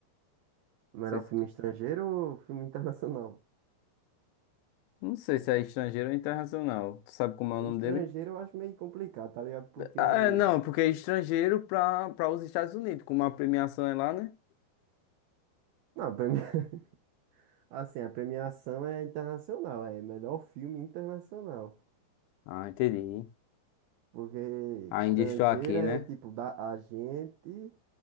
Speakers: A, on the right; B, on the left.
A: melhor
B: Não sei, se
A: filme estrangeiro ou filme internacional?
B: não sei se é estrangeiro ou internacional. Tu sabe
A: <laughs>
B: como é o nome
A: Estrangeiro
B: dele?
A: eu acho meio complicado, tá ligado? Porque.
B: Ah, é, não, é porque é estrangeiro para para os Estados Unidos, como a premiação é lá, né?
A: Não, premi- <laughs> assim, a premiação é internacional, é melhor filme internacional.
B: Ah, entendi.
A: Porque
B: Ainda
A: estrangeira
B: estou aqui,
A: é
B: né?
A: tipo da a gente